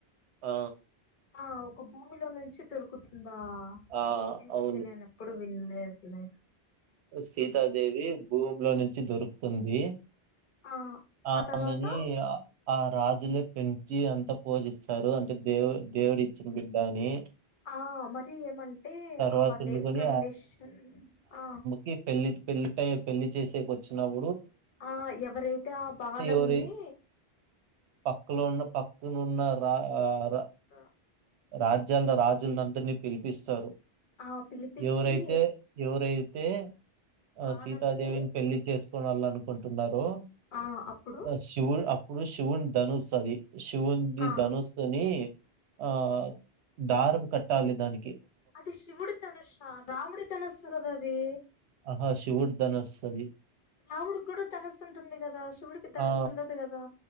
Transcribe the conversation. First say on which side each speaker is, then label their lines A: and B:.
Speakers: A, on the right; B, on the left.
A: ఆ
B: ఆ ఓ ఒక భూమిలో నుంచి దొరుకుతుంది. దా
A: ఆ
B: ఇది
A: అవును
B: ఇది నేనెప్పుడు విన్ ఏ వచ్చెనె
A: సీతాదేవి భూమిలో నుంచి దొరుకుతుంది.
B: ఆ
A: ఆమెని
B: ఆ తర్వాత
A: ఆ ఆ రాజులే పెంచి అంత పూజిస్తారు. అంటే దేవు దేవుడు ఇచ్చిన బిడ్డా అని
B: ఆ మరి ఏమంటే
A: తర్వాత
B: ఆ వాళ్ళు
A: ఉండుకొని
B: ఏం కండిషన్ ఆ
A: కి పెళ్లి పెళ్లి టై పెళ్లి చేసేక వచ్చినావు
B: ఆ ఎవరైతే ఆ బాణంన్ని
A: ఎవరి పక్కలో ఉన్న పక్కనున్న రా రా
B: ఆ
A: రాజ్యాల రాజుల అందరినీ పిలిపిస్తారు.
B: ఆ పిలిపిచ్చి
A: ఎవరైతే ఎవరైతే
B: బాణంని
A: ఆ సీతదేవిని పెళ్ళికి చేస్కోనిరావాల అనుకుంటున్నార్. లో
B: ఆ అప్పుడు
A: ఆ శివుడ్ అప్ ఇప్పుడు శివున్ ధనుస్ అది. శివుంది.
B: ఆ
A: ధనోస్తుని ఆ ఇమ్ దారం కట్టాలి. దాని
B: అది శివుడి ధనుస్సా, రాముడి ధనస్సు, కదా అది.
A: ఆహా శివుడ్ ధనస్స్ అవి
B: రాముడికి కూడా ధనుస్సు ఉంటుంది. కదా శివుడికి ధనస్సు
A: ఆ!
B: ఉండదు. కదా